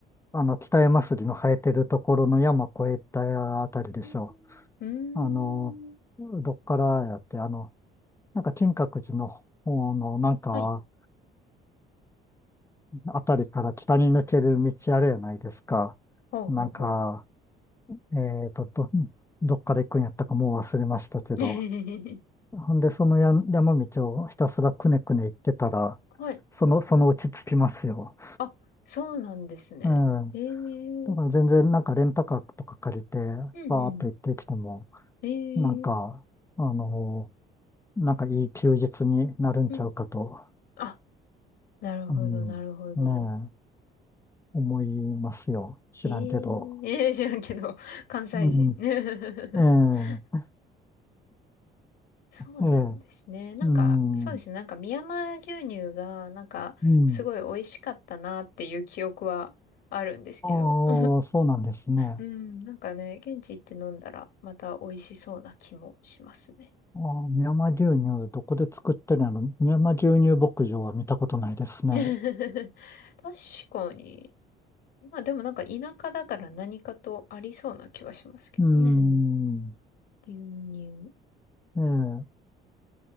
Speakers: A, on the left; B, on the left.
A: あの、北山杉の生えてるところの山越えたあたりでしょ
B: うーんうーん。
A: う。あの、どっからやって、あの、なんか、金閣寺の方の、なんか、
B: はい。
A: あたりから北に抜ける道あるやないですか。
B: ほうほうほう。
A: なんか、えーと、ど、どっから行くんやったかもう忘れましたけど。
B: <laughs>
A: ほんで、そのや山道をひたすらくねくね行ってたら、
B: はい。
A: その、そのうち着きますよ。
B: あ、そうなんですね。
A: うん。
B: ええうん
A: だから全然なんかレンタカーとか借りて、
B: うん。
A: バーっと行ってきても、
B: ええ
A: なんか、あのーなんかいい休日になるんちゃうかと、
B: うん。あなるほど、
A: うん。
B: なるほど。
A: ねえ、思いますよ。知らんけど。
B: ええー、<laughs> 知らんけど、関西人。
A: うん。
B: <laughs>
A: ええ、
B: そうなんですね。
A: ええ、
B: なんか、
A: うん。
B: そうですね。なんか、美山牛乳が、なんか、
A: うん。
B: すごい美味しかったなっていう記憶はあるんですけど。
A: あ
B: <laughs>
A: あ、そうなんですね。
B: うん、なんかね、現地行って飲んだら、また美味しそうな気もしますね。
A: ああ、深山牛乳、どこで作ってるの深山牛乳牧場は見たことないですね。
B: <laughs> 確かに。まあでもなんか田舎だから何かとありそうな気はしますけどね。
A: うーん。
B: 牛乳。
A: ええ。